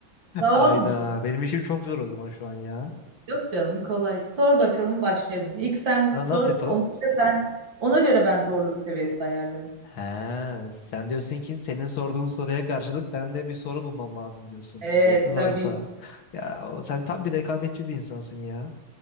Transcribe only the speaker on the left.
Ayda
benim işim çok zor o zaman şu an ya.
Na-
Nasıl yapalım?
S-
He, sen diyorsun ki senin sorduğun soruya karşılık ben de bir soru bulmam lazım diyorsun.
Zorsa.
Ya o- sen tam bir rekabetçi bir insansın ya.